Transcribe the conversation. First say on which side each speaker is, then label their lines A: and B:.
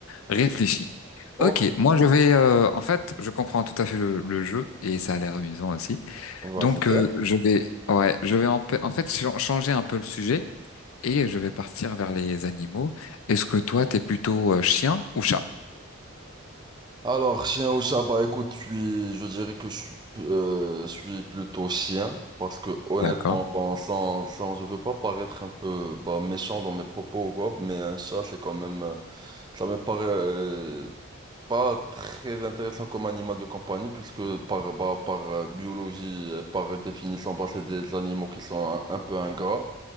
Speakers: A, on the left (about 80°); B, on the right (about 20°).
A: réfléchis.
B: Ok,
A: Ok, moi je vais, euh, en fait, je comprends tout à fait le, le jeu, et ça a l'air amusant aussi.
B: vas-y.
A: Donc, euh, je vais, ouais, je vais en, pa- en fait chan- changer un peu le sujet, et je vais partir vers les animaux. Est-ce que toi, t'es plutôt euh, chien ou chat?
B: Alors, chien ou chat, bah écoute, je suis, je dirais que je suis, euh, je suis plutôt chien, parce que honnêtement,
A: D'accord.
B: bon, sans, sans, je veux pas paraître un peu bah, méchant dans mes propos ou quoi, mais un chat, c'est quand même, euh, ça me paraît euh, pas très intéressant comme animal de compagnie, puisque par, bah, par euh, biologie, et par définition, bah, c'est des animaux qui sont un, un peu ingrats.